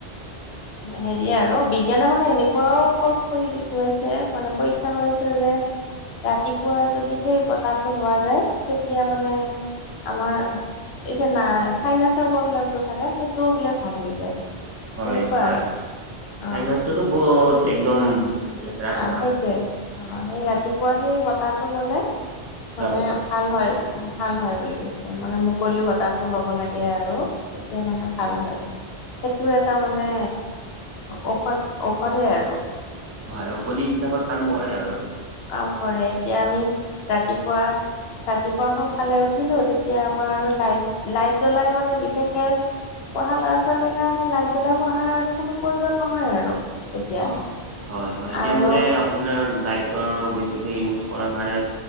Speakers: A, on the left (about 65°); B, on the right (about 25°).
A: হেৰি আৰু বিজ্ঞানে মানে এনেকুৱাও প্ৰুভ কৰি দেখুৱাইছে, মানে পৰীক্ষা কৰিছে যে ৰাতিপুৱাৰ যদি সেই বতাহটো লোৱা যায়, তেতিয়া মানে আমাৰ, এই যে নাই চাইনাছৰ প্ৰব্লেমটো থাকে সেইটোও বোলে ভাল হৈ যায়।
B: হয়
A: তেনেকুৱা
B: হয়
A: আৰু, অ'।
B: চাইনাছটোতো বহুত একদম লেতেৰা বেমাৰ।
A: অ' সেইটোৱে অ, সেই ৰাতিপুৱা সেই বতাহটো ললে, মানে
B: হয়।
A: ভাল হয় ভাল হয় বুলি কৈছে, মানে মুকলি বতাহটো ল'ব লাগে আৰু। তেতিয়া মানে ভাল হয়। সেইটো এটা মানে, ঔষধ, ঔষধে আৰু।
B: হয়, ঔষধি হিচাপত কাম কৰে আৰু।
A: কাম কৰে, এতিয়া আমি ৰাতিপুৱা ৰাতিপুৱা সোনকালে উঠিলোঁ তেতিয়া আমাৰ আৰু লাইট, লাইট জ্বলাই মানে বিশেষকে পঢ়া ল'ৰা ছোৱালীৰ কাৰণে লাইট জ্বলাই বহাৰ কোনো প্ৰয়োজন নহয় আৰু। তেতিয়া
B: অ হয় হয়, এতিয়া
A: আৰু
B: মোৰে আপোনাৰ লাইটৰ বেছিকৈ ইউজ কৰাৰ কাৰণে,